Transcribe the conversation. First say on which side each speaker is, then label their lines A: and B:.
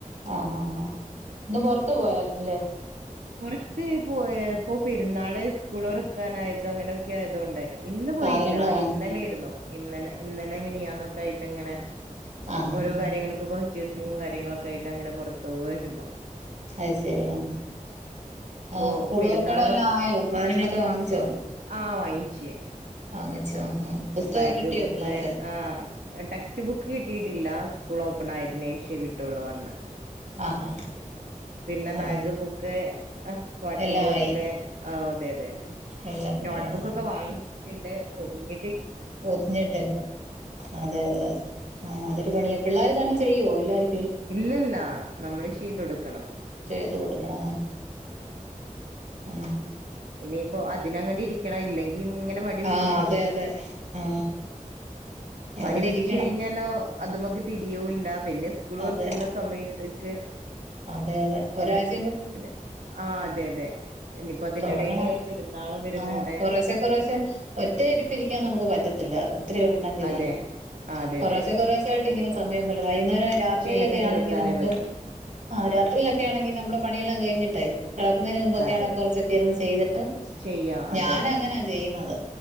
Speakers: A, on the right; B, on the right.
A: ആഹ ആ ആഹ ഇന്ന് പൊറത്ത് പോയായിരുന്നില്ലേ.
B: പുറത്ത് പോ ഇപ്പൊ പെരുന്നാള് സ്കൂൾ തുറക്കനായതോ അങ്ങനെയൊക്കെ ആയതൊണ്ടെ. ഇന്ന് പോയില്ല.
A: സാധനങ്ങൾ വാങ്ങാൻ
B: ഇന്നലേരുന്നു. ഇന്നലെ ഇന്നലെ മിനിയന്നൊക്കെ ആയിട്ട് അങ്ങനെ
A: ആ ആ
B: ഓരോ
A: ആ
B: കാര്യങ്ങൾക്ക പർച്ചസിങ്ങും കാര്യങ്ങളൊക്കെ ആയിട്ട് അങ്ങനെ പുറത്തു പോകുവായിരുന്നു.
A: അത് ശരി ആ. ആ
B: ഓ
A: സ്കൂൾ
B: പെരുന്നാള്
A: തുറക്കണ എല്ലാം ആയോ, സാധനങ്ങളൊക്കെ വാങ്ങിച്ചോ?
B: ആഹ വാങ്ങിച്ച്.
A: വാങ്ങിച്ചോ ആ ആ പുസ്തകമൊക്കെ
B: ബാഗ്,
A: കിട്ടിയോ
B: ബുക്ക്
A: പിള്ളേർക്ക്
B: ആ ടെക്സ്റ്റ് ബുക്ക് കിട്ടി ട്ടില്ല. സ്കൂൾ ഓപ്പൺ ആയതിന് ശേഷേ കിട്ടുള്ളോന്ന്‌ പറഞ്ഞ്.
A: അ ആ
B: പിന്നെ
A: ആ ആ
B: ബാഗ്, ബുക്ക്, വാട്ടർ
A: എല്ലാം
B: ബോട്ടില്.
A: ആയി
B: ആ അതെ അതെ.
A: എല്ലാം
B: നോട്ട്ബുക്ക്ക്കെ
A: ആയി ആ
B: വാങ്ങിച്ചിട്ടുണ്ട്, പൊതിഞ്ഞ
A: പൊതിഞ്ഞട്ടില്ല. അതെ അതെ ആ അതൊരു പണിയാ. പിള്ളേര് തന്നെ ചെയ്യോ എല്ലാര്
B: ഇല്ലല്ല നമ്മള് ചെയ്തൊടുക്കണം.
A: ചെയ്തു കൊടുക്കണം. ആ
B: ഇനിയിപ്പോ അതിനങ്ങട് ഇരിക്കണം ഇല്ലെങ്കിൽ ഇങ്ങനെ മടിപിടിച്ചിരിക്കും.
A: ആ അതെ അതെ ആ
B: മടി
A: അതിനിരിക്കണം
B: പിടിച്ച് കഴിഞ്ഞാലോ അത് മക്ക് തിരിയൂല്ല. പിന്നെ സ്കുള് തൊറക്കുന്ന
A: അതെ
B: സമയതേക്ക്
A: അതെ അതെ ഒരാഴ്ച
B: പിന്നെ ആ അതെ അതെ. ഇനിയിപ്പോ അതിനിടയില്
A: തുടങ്ങണ-
B: പെരുന്നാളും വരുന്നുണ്ട്
A: ആഹ് കുറശെ കുറശെ- ഒറ്റ ഇരിപ്പ് ഇരിക്കാൻ നമുക്ക് പറ്റത്തില്ല ല്ല ഒത്തിരി ഉണ്ടെങ്കിലേ
B: അതെ ആ അതെ
A: കുറശേ
B: അതെ
A: കുറശേ ആയിട്ട്നെ സമയംല്ല വൈകുന്നേരം രാത്രിയിലൊക്കെ
B: ചെയ്ത്
A: ആണെങ്കിൽ
B: തീർക്കാനേ
A: നമുക്ക്
B: പറ്റൂ
A: ആ രാത്രിയിലൊക്കെ ആണെങ്കിൽ നമ്മുടെ പണി എല്ലാം കഴിഞ്ഞിട്ടായി കിടക്കുന്നതിന് മുമ്പൊക്കെയാണ്
B: അതെ
A: കുറച്ചൊക്കെ ഇരുന്ന് ചെയ്തിട്ട്-
B: ചെയ്യാം അതെ
A: ഞാന
B: അതെ
A: അങ്ങനെയാ ചെയ്യുന്നത്